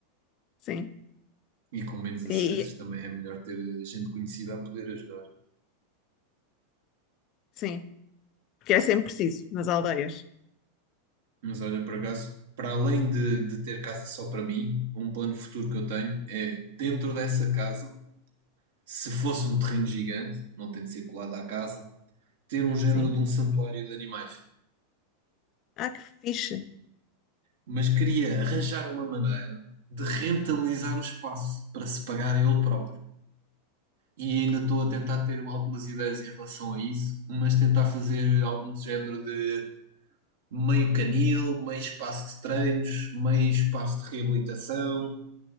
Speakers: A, on the left; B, on the right.
A: sim.
B: E com menos acessos
A: E, e-
B: também é melhor ter eh, gente conhecida a poder ajudar.
A: sim, porque é sempre preciso nas aldeias.
B: Mas olha, por acaso, para além de, de ter casa só para mim, um plano futuro que eu tenho é, dentro dessa casa, se fosse um terreno gigante, não tem de ser colado à casa, ter um género
A: Sim.
B: de um santuário de animais.
A: Ah, que fixe.
B: mas queria arranjar uma maneira de rentabilizar o espaço para se pagar a ele próprio. E ainda estou a tentar ter algumas ideias em relação a isso, mas tentar fazer algum género de meio canil, meio espaço de treinos, meio espaço de reabilitação.